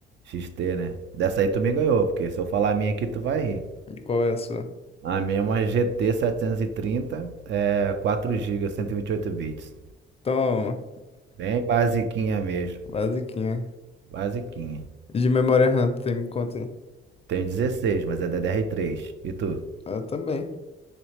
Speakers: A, on the right; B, on the left.
A: XT, né? Dessa aí tu me ganhou, porque se eu falar a minha aqui, tu vai rir.
B: E Qual é a sua?
A: A minha é uma GT 730, é quatro gigas, 128 bits.
B: Toma,
A: Bem basiquinha mesmo,
B: basiquinha.
A: basiquinha.
B: De memória RAM, tem me conta aí.
A: Tenho 16, mas é ddr três. E tu?
B: Eu também.